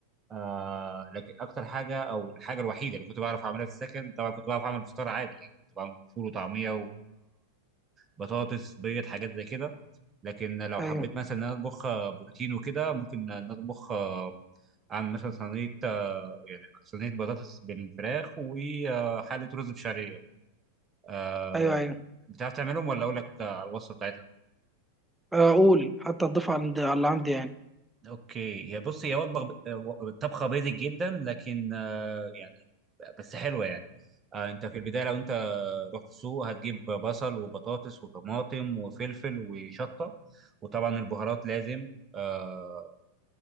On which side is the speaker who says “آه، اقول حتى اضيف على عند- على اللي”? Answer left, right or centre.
Centre